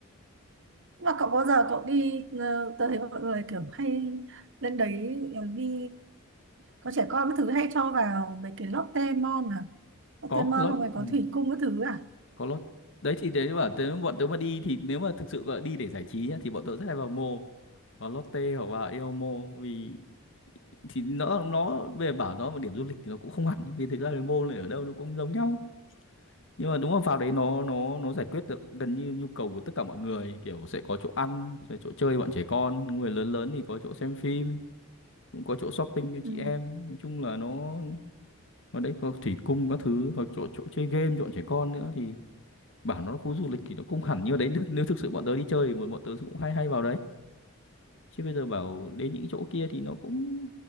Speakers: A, on the right; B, on the left.
A: Mà cậu có giờ cậu đi ờ, tớ thấy mọi người kiểu hay lên đấy ờ, đi có trẻ con cái thứ hay cho vào mấy cái Lotte Mall à Lotte
B: có
A: Mall
B: lót
A: không phải
B: ừ,
A: có thủy cung cái thứ à
B: có lót đấy thì đấy bảo tớ bọn tớ mà đi thì nếu mà thực sự gọi đi để giải trí nhá, thì bọn tớ rất hay vào mô vào Lotte hoặc vào Eomo vì thì nó nó về bảo nó một điểm du lịch thì nó cũng không hẳn ấy. vì thực ra là môn này ở đâu nó cũng giống nhau nhưng mà đúng là vào đấy nó nó nó giải quyết được gần như nhu cầu của tất cả mọi người kiểu sẽ có chỗ ăn sẽ chỗ chơi bọn trẻ con người lớn lớn thì có chỗ xem phim cũng có chỗ shopping cho
A: ừ.
B: chị em nói chung là nó ở đấy có thủy cung các thứ hoặc chỗ chỗ chơi game cho bọn trẻ con nữa thì bảo nó là khu du lịch thì nó cũng hẳn như ở đấy nếu, nếu thực sự bọn tớ đi chơi thì bọn bọn tớ cũng hay hay vào đấy chứ bây giờ bảo đến những chỗ kia thì nó cũng